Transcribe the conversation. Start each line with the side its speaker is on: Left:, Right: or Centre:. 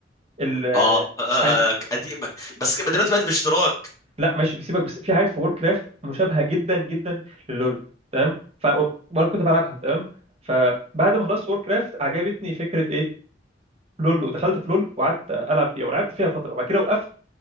Right: ال آه،
Left: اه آه،
Right: حلو
Left: آه، قديمه بس كده دلوقتي بقت باشتراك
Right: لا ماشي بيسيبك بس في حاجات في وور كرافت مشابهه جدا جدا للول تمام ف وانا كنت بلعبها تمام فبعد ما خلصت وور كرافت عجبتني فكره ايه لول ودخلت في لول وقعدت العب فيها ولعبت فيها فتره وبعد كده وقفت